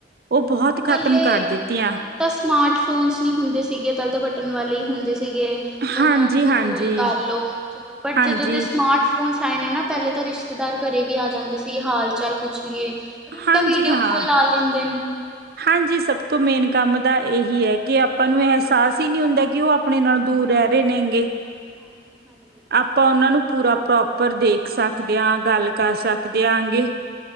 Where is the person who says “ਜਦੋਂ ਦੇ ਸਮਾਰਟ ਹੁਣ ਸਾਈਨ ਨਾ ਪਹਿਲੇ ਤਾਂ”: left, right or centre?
Centre